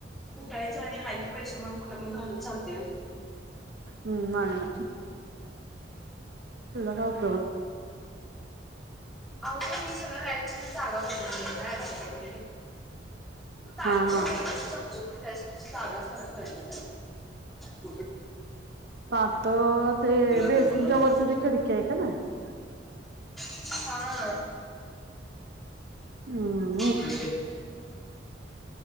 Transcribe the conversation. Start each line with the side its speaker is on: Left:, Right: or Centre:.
Centre: कुठच आणि आहे <inaudible> पैशै म्हणून कुठं पण घालून चालते व्हय.
Right: हम्म नाही नाही तला का <unintelligible>
Centre: अह का मी सगळं रायची जागा बदल <inaudible> काय <inaudible> म आ
Right: हा
Centre: <inaudible> त्या
Right: हा
Centre: त्यासाठी चांगाच मला कळ <inaudible>
Right: तट ते
Centre: तिला
Right: बेसनच्या
Centre: दे मला नको
Right: वर तुझी खिडकी आहे का ना. <unintelligible>
Centre: हा <inaudible>
Right: हम्-
Centre: जडे ले